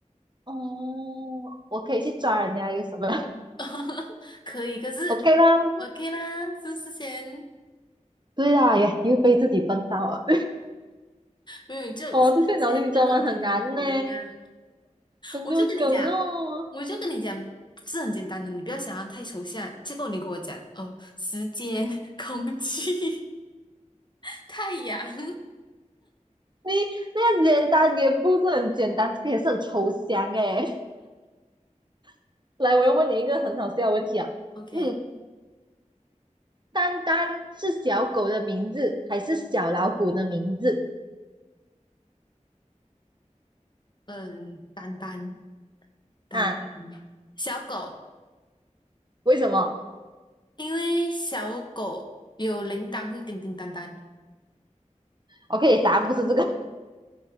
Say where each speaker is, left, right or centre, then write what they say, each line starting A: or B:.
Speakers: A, on the right (about 35°); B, on the left (about 35°).
A: 哦，我可以去抓人家右手吗
B: <laughs> 可以，可是
A: <laughs>？OK 啦。
B: OK 啦，是不是先
A: 对啦，也又被自己笨到了。
B: 没有，
A: <laughs>
B: 就是现在就跟刚刚跟我一样，
A: 哦，这些脑筋急转弯很难呢，很多梗哦。
B: 我就跟你讲，我就跟你讲，是很简单的，你不要想要太抽象。结果你跟我讲，哦，时间、<laughs> 空气、<laughs> 太阳
A: 你那个简单也不是很简单，这个也是很抽象诶。<laughs> 来，我要问你一个很好笑的问题啊。
B: ，OK，
A: 嗯，丹丹是小狗的名字还是小老虎的名字
B: 嗯，丹丹，丹丹，
A: 啊？
B: 小狗，
A: 为什么
B: 因为小狗有铃铛会叮叮当当，
A: o k 答案不是这个，